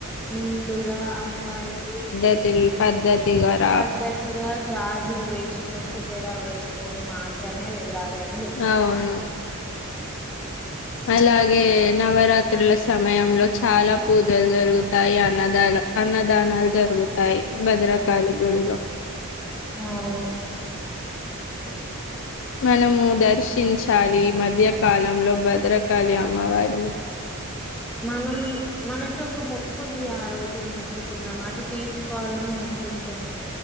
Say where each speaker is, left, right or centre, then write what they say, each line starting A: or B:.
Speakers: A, in the centre; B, on the left.
A: నిండుగా అమ్మాయిలు.
B: ఎటిల్ పద్ధతి కూడా.
A: పద్ధతిగా గాజులు వేసుకొని జడ వేసుకొని మాత్రమే వెళ్ళాలి అ.
B: అవును.
A: <inaudible>
B: అలాగే నవరాత్రుల సమయంలో చాలా పూజలు జరుగుతాయి అన్నదాలు. అన్నదానాలు జరుగుతాయి భద్రకాళి గుడిలో.
A: అవును
B: మనము దర్శించాలి మధ్యకాలంలో భద్రకాళి అమ్మవారిని.
A: మనం మనకి ఒక మొక్కు ఉంది ఆ రోజు మొక్కుకున్నాం అది తీర్చుకోవాలని వున్. ఉంటున్నా.